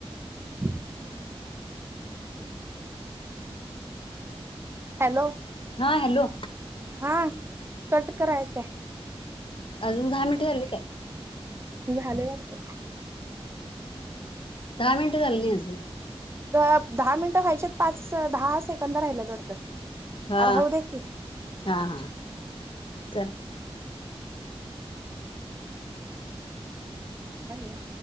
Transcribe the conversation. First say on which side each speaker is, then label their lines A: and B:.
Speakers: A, on the right (about 25°); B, on the left (about 60°).
A: हं. <inaudible> हॅलो.
B: हा हॅलो.
A: हा कट करायचंय.
B: अजून दहा मिनट झाली काय.
A: झालय वाटत.
B: दहा मिनट झाल नाही अजून.
A: दहा मिनिटं व्हायच्यात पाच, दहा सेकंद राहिल्यात वाटतं.
B: हा
A: राहू दे की काय
B: हा हा. कर.
A: नाही ओ.